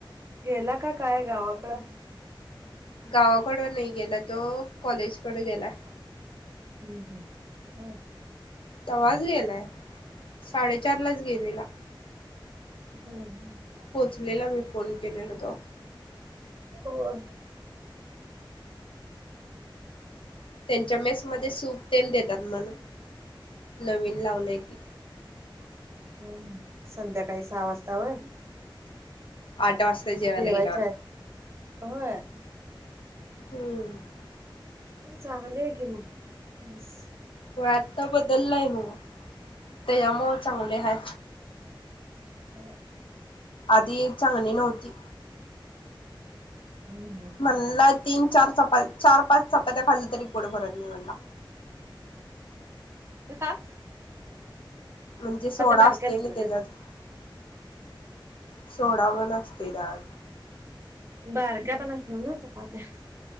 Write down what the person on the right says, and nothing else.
गेला का काय गावाकड?
हम्म हम्म, होय.
हो,
होय,
हम्म,, संध्याकाळी सहा वाजता वय?
जेवायच्या
आहेत होय.
चांगले आहे की मग,, मेसऽ
बर.
हम्म हम्म.
ते काय.
बारक्या
असतील
ग
बारक्या पण असणार ना चपात्या.